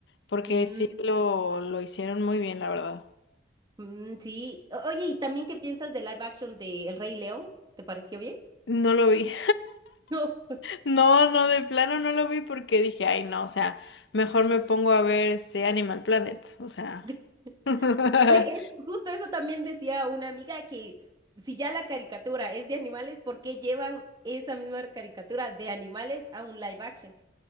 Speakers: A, on the left (about 75°); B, on the right (about 25°).
A: porque
B: Mm,
A: sí lo, lo hicieron muy bien, la verdad.
B: mm, sí. O- Oye, ¿y también qué piensas de live action de El Rey León? ¿Te pareció bien?
A: No lo vi.
B: No.
A: No, no, de plano no lo vi porque dije, ay, no, o sea, mejor me pongo a ver este Animal Planet, o sea,
B: <laughs>
A: <laughs>
B: Es, justo eso también decía una amiga que si ya la caricatura es de animales, ¿por qué llevan esa misma caricatura de animales a un live action?